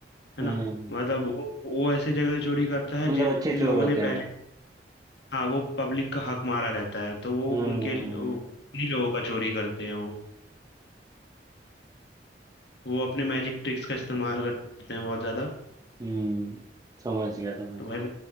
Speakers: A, on the left; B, on the right.
A: है
B: हम्म
A: ना मतलब वो वो ऐसे जगह से चोरी करता है
B: मतलब
A: जिन
B: अच्छे चोर
A: लोगों
B: होते
A: ने पहले
B: हैं वो
A: हाँ वो पब्लिक का हक मारा रहता है तो वो
B: हम्म
A: उनके वो उन्हीं लोगों का चोरी करते हैं वो वो अपने मैजिक ट्रिक्स का इस्तेमाल करते हैं बहुत ज्यादा
B: हम्म समझ गया समझ
A: तो भाई
B: गया